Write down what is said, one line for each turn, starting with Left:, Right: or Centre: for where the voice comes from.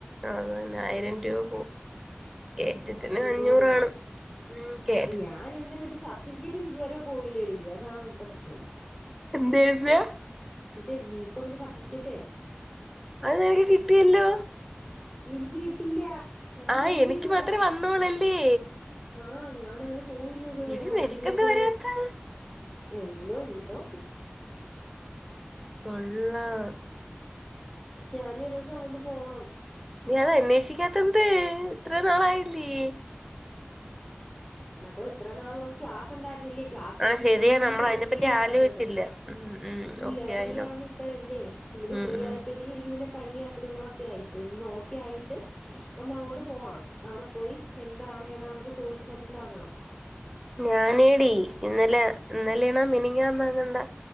Centre: അ അതന്നെ ആയിരം രൂപ പോവും. കേ കേറ്ററ്റ്ന്
Left: അപ്പൊ ഇത്
Centre: അഞ്ഞൂറാണ്
Left: കൊടുക്കാം
Centre: ഉം കേ
Left: ഞാൻ എന്റെ മറ്റേ സർട്ടിഫിക്കറ്റ്ന് ഇതുവരെ പോയില്ലടി അതാണ് ന്റ പ്രശ്നം.
Centre: എന്തെ <unintelligible>
Left: മറ്റെ ബി കോംമിന്റെ സർട്ടിഫിക്കറ്റേ..
Centre: അത് ഞങ്ങ്ക്ക് കിട്ടിയല്ലോ.
Left: എനിക്ക് കിട്ടിയില്ല, ഞാൻ
Centre: ആഹ്
Left: പോയില്ല
Centre: എനിക്ക്
Left: ഇതുവരെ.
Centre: മാത്രേ വന്നോളല്ലേ
Left: ആഹ ഞാനതിന് പോയില്ല ഇതുവരെ
Centre: എടി നിനക്കെന്താ
Left: ഇനി എനിക്ക് <unintelligible>
Centre: വരാത്തെ
Left: എന്തോ എ <unintelligible> തോ
Centre: കൊള്ളാം.....
Left: ഞാഞ്ഞോരുസം അങ്ങോട്ട് പോണം.
Centre: നീയത് അന്വേഷിക്കാത്തെന്ത് ഇത്ര നാളായില്ലേ?
Left: മക്കളെ ഇത്ര നാളമ്മ്ക്ക് ക്ലാസ് ഉണ്ടായിരുന്നില്ലേ? ക്ലാസ്സ് കഴിഞ്ഞ്
Centre: ആഹ് ശരിയാ
Left: ഇപ്പഴല്ലെ നമ്മക്ക്
Centre: നമ്മൾ അതിനെപ്പറ്റി
Left: ഫ്രീ ആവുന്നത്
Centre: ആലോചിച്ചില്ല ഉം ഉം
Left: ഇല്ല
Centre: ഓക്കെ
Left: ഫ്രീ
Centre: ആയിനോ
Left: ആവുന്നെ ഇപ്പഴല്ലേ ഇനിയിപ്പ
Centre: ഉം
Left: ഫ്രീ
Centre: ഉം
Left: ആയപ്പോഴെ ആ എനിക്ക് പിന്നെ പനി അസുഖങ്ങളൊക്കെ ആയിപ്പോയി ഒന്ന് ഓക്കെ ആയിട്ട് ഒന്നങ്ങോട്ട് പോണം. അവിടെ പോയി എന്താണ് ഏതാന്നൊക്കെ ചോദിച്ചു മനസ്സിലാക്കണം.
Centre: ഞാനേടി ഇന്നലെ ഇന്നലെണാ മിനിഞ്ഞാങ്ങാന്നങ്ങണ്ടാ